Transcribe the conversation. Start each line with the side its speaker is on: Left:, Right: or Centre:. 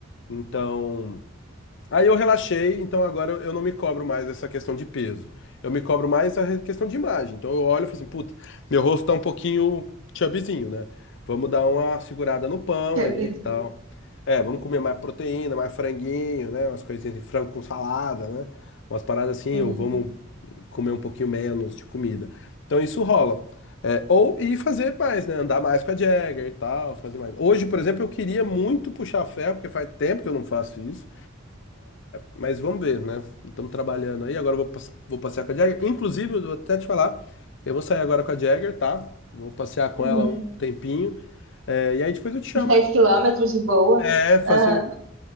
Left: Então, aí eu relaxei, então agora eu não me cobro mais essa questão de peso. Eu me cobro mais a re- questão de imagem. Então eu olho e falo assim, puta, meu rosto tá um pouquinho chubbyzinho, né? Vamos dar uma segurada no pão
Right: Que
Left: aí
Right: bizarro.
Left: e tal. É, vamos comer mais proteína, mais franguinho, né? Umas coisinhas de frango com salada, né? Umas paradas assim,
Right: Uhum.
Left: ou vamos comer um pouquinho menos de comida. Então isso rola. É, ou e fazer mais, né? Andar mais com a Jagger e tal, fazer mais. Hoje, por exemplo, eu queria muito puxar ferro, porque faz tempo que eu não faço isso. Mas vamos ver, né? Estamos trabalhando aí. Agora eu vou, passe- vou passear com a Jagger. Inclusive, eu vou até te falar, eu vou sair agora com a Jagger, tá? Vou passear com
Right: Uhum.
Left: ela um tempinho. É, e aí depois eu te chamo.
Right: Uns 10 quilômetros de boa.
Left: É, fazer.
Right: Aham.